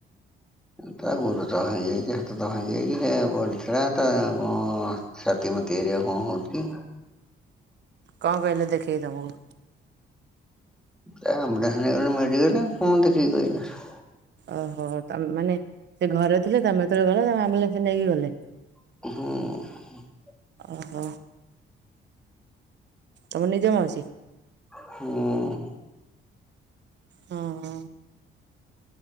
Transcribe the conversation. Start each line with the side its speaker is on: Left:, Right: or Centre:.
Centre: ତା ଗୋଡଟା ଭାଙ୍ଗିଯାଇଛି, ହାତଟା ଭାଙ୍ଗିଯାଇଛି ସେ ପଡିଥିଲା ତା କଣ ଛାତି ମାତି ଏରିଆ କଣ ହଉଛି।
Right: କଣ କହିଲେ ଦେଖିକି ତମକୁ?
Centre: <unintelligible>
Right: ଓହୋ ମାନେ ସେ ଘରେ ଥିଲେ ତମେ ଯେତେବେଳେ ଗଲା ତମେ ଆମ୍ବୁଲାନ୍ସ ନେଇକି ଗଲେ।
Centre: ହୁଁ।
Right: ଅହ ତମ ନିଜ ମାଉସି?
Centre: ହୁଁ।
Right: ହଁ।